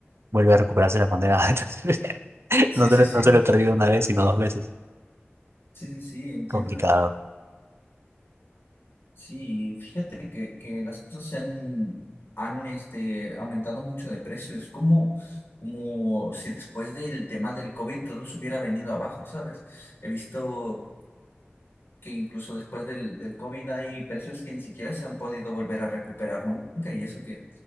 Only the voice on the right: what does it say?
vuelve a recuperarse la moneda? <laughs> Entonces,
no se,
lo-
no se lo he perdido una vez, sino dos veces.
Complicado.